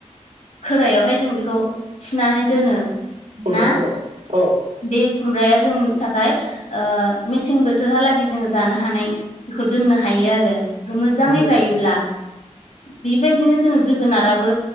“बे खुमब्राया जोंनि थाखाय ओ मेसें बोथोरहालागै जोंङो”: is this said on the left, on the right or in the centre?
Left